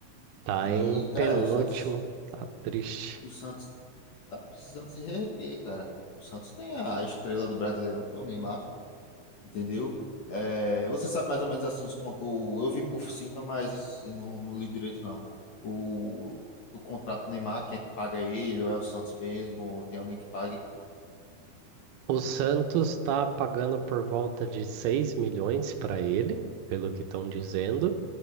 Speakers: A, on the right; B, on the left.
A: Tá
B: E,
A: em
B: cara,
A: penúltimo,
B: o Santos,
A: tá triste.
B: o Santos tá precisando se reerguer, cara. O Santos tem a estrela do Brasileirão, que é o Neymar. entendeu? É, você sabe mais ou menos assim, os, con- o, eu vi por cima, mas eu não, não li direito, não. O, o contrato do Neymar, quem é que paga ele, ou é o Santos mesmo, ou tem alguém que pague?
A: O Santos tá pagando por volta de 6 milhões para ele, pelo que estão dizendo,